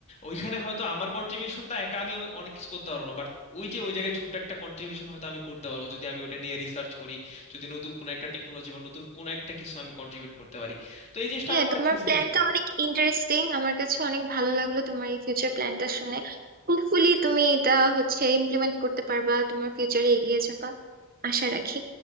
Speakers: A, on the left; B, on the right.
A: ওইখানে হয়তো আমার কন্ট্রিবিউশনটা একা আমি ওই- অনেক কিছু করতে পারবো না বাট ওই যে ওই জায়গায় ছোট্ট একটা কন্ট্রিবিউশন হয়তো আমি করতে পারবো যদি আমি ওইটা নিয়ে রিসার্চ করি যদি নতুন কোনো একটা টেকনোলজি বা নতুন কোনো একটা কিছু আমি কন্ট্রিবিউট করতে পারি তো এই জিনিসটা
B: হ্যাঁ
A: আমাকে অনেক
B: তোমার
A: ফ্যাসিনেট
B: প্ল্যানটা
A: করে
B: অনেক ইন্টারেস্টিং আমার কাছে অনেক ভালো লাগলো তোমার এই ফিউচার প্ল্যানটা শুনে হোপফুলি তুমি এটা হচ্ছে ইমপ্লিমেন্ট করতে পারবা তোমার ফিউচারে এগিয়ে যাবা আশা রাখি